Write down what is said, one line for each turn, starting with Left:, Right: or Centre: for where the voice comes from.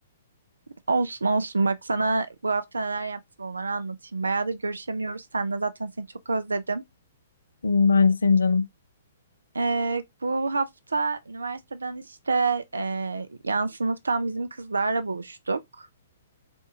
Right: Olsun olsun. Bak sana bu hafta neler yaptım onları anlatayım. Bayağıdır görüşemiyoruz. Sen de zaten seni çok özledim.
Left: Hmm, ben de senin canım.
Right: Ee, bu hafta üniversiteden işte e, yan sınıftan bizim kızlarla buluştuk.